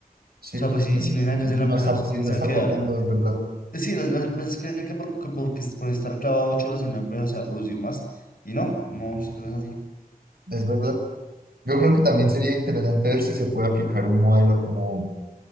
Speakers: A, on the right (about 85°); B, on the left (about 70°).
A: sí,
B: O sea,
A: pues,
B: pues si,
A: bueno,
B: si no hay nada que
A: no
B: hacer en la empresa,
A: está,
B: pues ¿por
A: sí,
B: qué
A: no
B: se
A: está
B: va a quedar?
A: aportando, es verdad,
B: Pues Sí, las, las empresas creen que por, que por, que por estar clavado ocho horas en una empresa se va a producir más. Y no, no, eso no es así.
A: es verdad. Yo creo que también sería interesante ver si se puede aplicar un modelo como,